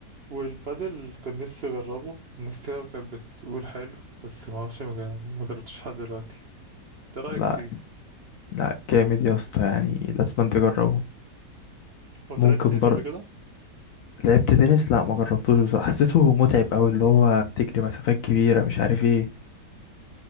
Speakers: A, on the right (about 60°); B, on the left (about 65°).
A: والبادل كان نفسي أجربه الناس كتير أوي كانت بتقول حلو بس معرفش ما جا- ما جربتش لحد دلوقتي ايه رأيك
B: لا
A: فيه؟
B: لا جامد يا اسطى يعني لازم انت تجربه
A: كنت
B: ممكن
A: لعبت تنس
B: برضه
A: قبل كده؟
B: لعبت تنس لا ما جربتوش بصراحة حسيته متعب قوي اللي هو بتجري مسافات كبيرة مش عارف ايه